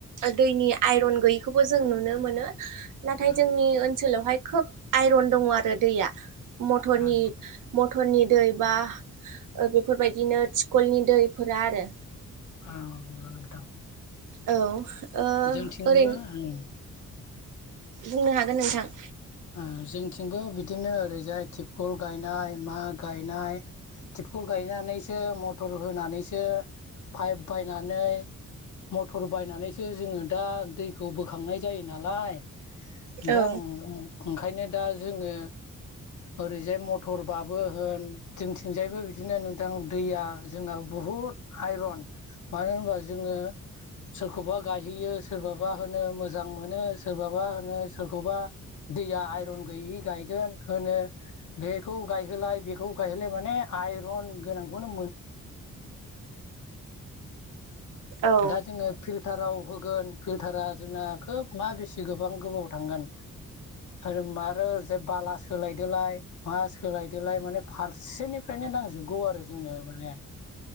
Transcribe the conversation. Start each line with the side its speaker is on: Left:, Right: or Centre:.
Right: दैनि आइरन गैयैखौबो जों नुनो मोनो नाथाय
Left: ओं
Right: जोंनि ओनसोलावहाय खोब आइरन दङ आरो दैया मरनि
Left: ओं
Right: मटरनि दै बा बेफोरबायदिनो थिखलनि दैफोरा आरो
Left: औानोग दा
Right: औ ओ
Left: जोंथिंबो
Right: ओरैनो
Left: आंनि
Right: बुंनो हागोन नोंथां।
Left: ओ जोंथिंबो बिदिनो ओरैजाय तिबखल गायनाय मा गायनाय। तिपखल गायनानैसो मटर होनानैसो पाइप बायनानै। मटर बायनानैसो जोङो दा दैखौ बोखांनाय जायो नालाय। नोंथां
Right: औ
Left: ओं-ओंखायनो दा जोङो। ओरैजाय मथरबाबो होन जोंथिंजायबो बिदिनो नोंथां दैया जोंनाबु बुहुद आइरन मानो होनबा जोङो। सोरखौबा गायहैयो सोरबाबा होनो मोजां मोनो सोरबाबा होनो सोरखौबा। दैया आइरन गैयि गायगोन होनो बेखौ गायहोलाय बेखौ गायहोलाय मानेआइ आइरन गोनां
Right: औ
Left: दा जोङो फिल्टाराव होगोन फिलटारा जोंना खोब मा बेसे गोबां गोबाव थांगोन। आरो मरोर जे बाला सोलायदोलाय मा सोलायदोलाय माने फारसेनिफ्रायनो नांजोबगौ आरो जोंनो माने